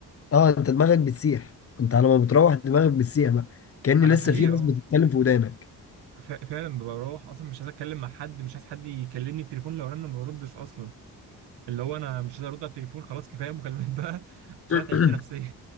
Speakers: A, on the left (about 35°); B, on the right (about 85°).
A: اه انت دماغك بتسيح انت على ما بتروح دماغك بتسيح بقى كأن
B: انا
A: لسه
B: حقيقي
A: في ناس
B: اه
A: بتتكلم في ودانك
B: ف- فعلا بروح اصلا مش عايز اتكلم مع حد مش عايز حد يكلمني التليفون لو رن ما بردش اصلا اللي هو انا مش عايز ارد على التليفون خلاص كفايه مكالمات بقى <laughs> عشان
A: <clears throat>
B: انا تعبت نفسيا